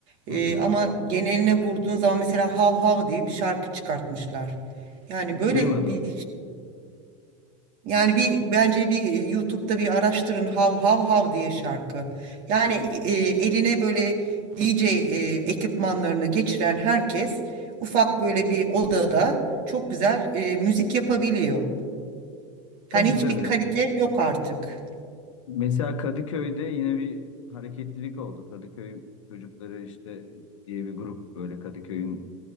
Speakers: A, on the right; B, on the left.
A: E,
B: Hı hı.
A: ama geneline vurduğun zaman mesela Hav Hav diye bir şarkı çıkartmışlar. Yani böyle
B: Duymadım.
A: bir yani bir bence bir e, YouTube'da bir araştırın hav hav hav diye şarkı. Yani e, eline böyle DJ e, ekipmanlarını geçiren herkes ufak böyle bir odada çok güzel e, müzik yapabiliyor.
B: Tabii
A: Yani hiçbir
B: tabii.
A: kalite yok artık.
B: Mesela Kadıköy'de yine bir hareketlilik oldu. Kadıköy çocukları işte diye bir grup böyle Kadıköy'ün